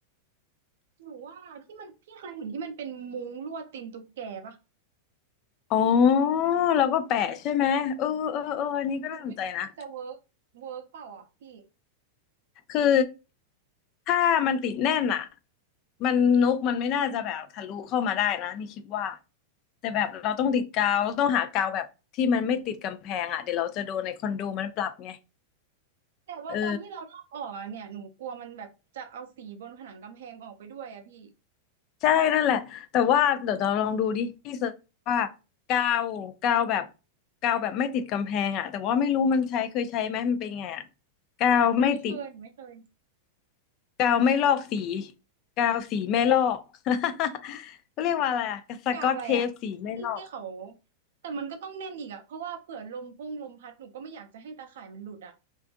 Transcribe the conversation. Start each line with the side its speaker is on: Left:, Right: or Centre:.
Right: หนูว่าที่มันพี่เคยเห็นที่มันเป็นมุ้งลวดตีนตุ๊กแกปะ
Left: อ๋อแล้วก็แปะใช่ไหมเออเออเอออันนี้ก็น่าสนใจนะ
Right: หนูไม่รู้ว่ามันจะเวิร์กเวิร์กเปล่าอ่ะพี่
Left: คือถ้ามันติดแน่นอ่ะมันนกมันไม่น่าจะแบบทะลุเข้ามาได้นะนี่คิดว่าแต่แบบเราต้องติดกาวต้องหากาวแบบที่มันไม่ติดกำแพงอ่ะเดี๋ยวเราจะโดนในคอนโดมันปรับไง
Right: แต่ว่าตอนที่เราลอกออกอ่ะเนี่ยหนูกลัวมันแบบจะเอาสีบนผนังกำแพงออกไปด้วยอ่ะพี่
Left: เออ ใช่นั่นแหละแต่ว่าเดี๋ยวเราลองดูดิพี่เสิร์ชว่ากาวกาวแบบกาวแบบไม่ติดกำแพงอ่ะแต่ว่าไม่รู้มันใช้เคยใช้ไหมมันเป็นไงอ่ะกาวไม่ติด
Right: หนูไม่เคยหนูไม่เคย
Left: กาวไม่ลอกสีกาวสีไม่ลอก <laughs> เขาเรียกว่าอะไรอะสกอตเทปสีไม่ลอก
Right: กาวอะไรอ่ะที่ที่เขาแต่มันก็ต้องแน่นอีกอ่ะเพราะว่าเผื่อลมพุ่งลมพัดหนูก็ไม่อยากจะให้ตาข่ายมันหลุดอ่ะ